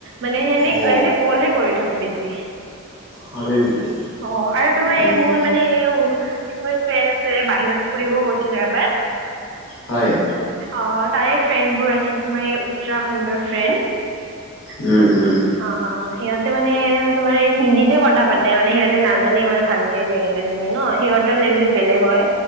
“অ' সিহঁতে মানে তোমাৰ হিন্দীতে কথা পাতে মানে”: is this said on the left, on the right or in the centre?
Right